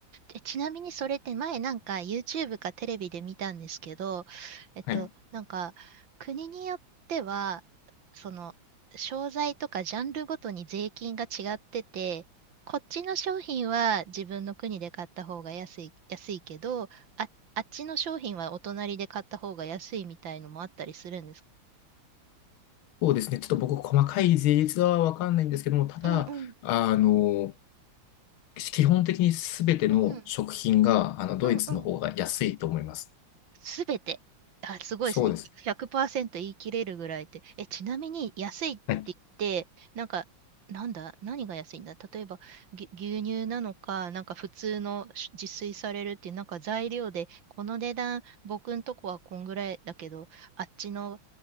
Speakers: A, on the right (about 65°); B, on the left (about 80°).
A: えちなみにそれって前なんか YouTube かテレビで見たんですけど、えっと、
B: はい。
A: なんか国によっては、その、商材とかジャンルごとに税金が違ってて、こっちの商品は自分の国で買った方が安い、安いけど、あ、あっちの商品はお隣で買った方が安いみたいのもあったりするんですか
B: そうですね。ちょっと僕、細かい税率はわかんないんですけども、ただ、
A: うんうん
B: あの、基本的にすべての食品が、
A: うん
B: あの、ドイツの方が安いと思います。
A: うんうんすべてあすごいですね。
B: そうです
A: 100%言い切れるぐらいで、えちなみに安いって言ってなんかなんだ何が安いんだ。
B: ね。はい。
A: 例えば牛牛乳なのかなんか普通の自炊されるっていうなんか材料でこの値段僕んとこはこんぐらいだけどあっちの